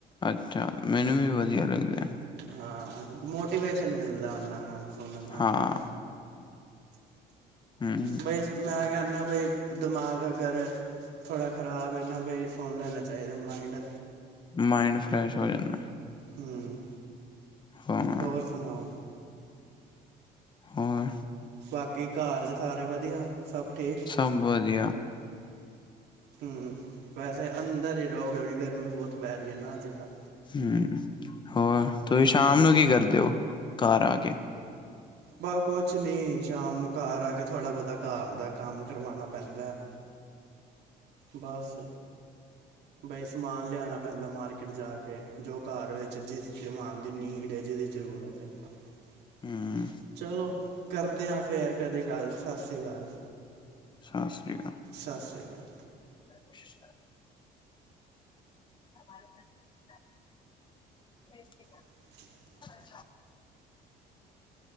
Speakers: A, on the left; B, on the right.
A: ਅੱਛਾ ਮੈਨੂੰ ਵੀ ਵਧੀਆ ਲੱਗਦਾ।
B: ਹਾਂ ਮੋਟੀਵੇਸ਼ਨ ਮਿਲਦਾ ਉਹਨਾਂ ਨਾਲ ਫਨਾਂ ਨਾਲ
A: ਹਾਂ,
B: ਨਾ?
A: ਹੂੰ,
B: ਬਈ ਮੈਂ ਕਹਿਿੰਦਾ ਬਈ ਦਿਮਾਗ ਅਗਰ ਥੋੜਾ ਖਰਾਬ ਇ ਨਾ ਭ ਸੁਣ ਲੈਣੇ ਚਾਹੀਦਾ ਮਾਈਂਡ।
A: ਮਾਇੰਡ ਫਰੈਸ਼ ਹੋ ਜਾਂਦ
B: ਹਮ
A: ਹਾਂ,
B: ਹੋਰ ਸੁਨਾਓ
A: ਹਰ <unintelligible>
B: ਬਾਕੀ ਘਰ ਚ ਸਾਰੇ ਵਧੀਆ ਸਭ ਠੀਕ
A: ਸਭ ਵਧੀਆ
B: ਹਮ ਵੈਸੇ ਅੰਦਰ ਹੀ ਰਹੋ ਕਿਉਂਕਿ ਗਰਮੀ ਬਹੁਤ ਪੈ ਰਹੀ ਹੈ ਨਾ ਅੱਜ ਕੱਲ੍ਹ
A: ਹਮ ਹੋਰ ਤੁਹੀਂ ਸ਼ਾਮ ਨੂੰ ਕੀ ਕਰਦੇ ਹੋ ਘਰ ਆ ਕੇ
B: ਬ ਕੁਛ ਨੀ ਸ਼ਾਮ ਨੂੰ ਘਰ ਆ ਕੇ ਥੋੜਾ ਬਹੁਤਾ ਘਰ ਦਾ ਕੰਮ ਕਰਵਾਨਾ ਪੈਂਦਾ ਐ ਬਸ ਬਈ ਸਮਾਨ ਲਿਆਉਣਾ ਪੈਂਦਾ ਮਾਰਕੀਟ ਜਾ ਕੇ ਜੋ ਘਰ ਵਿੱਚ ਜਿਸ ਜਮਾਨ ਦੀ ਨੀਂਦ ਹੈ ਜਿਹਦੀ ਜ਼ਰੂਰਤ ਹੈ <unintelligible>
A: ਹੂੰ,
B: ਚਲੋ ਕਰਦੇ ਆ ਫੇਰ ਕਦੇ ਗੱਲ ਸਸੀ ਕਾਲ
A: ਸਸ੍ਰੀ ਕਾਲ
B: ਸਸ੍ਰੀ ਕਾਲ
A: ਕੋਸ਼ਿਸ਼ <unintelligible> <unintelligible> ਅ <unintelligible>
B: <unintelligible>
A: <unintelligible>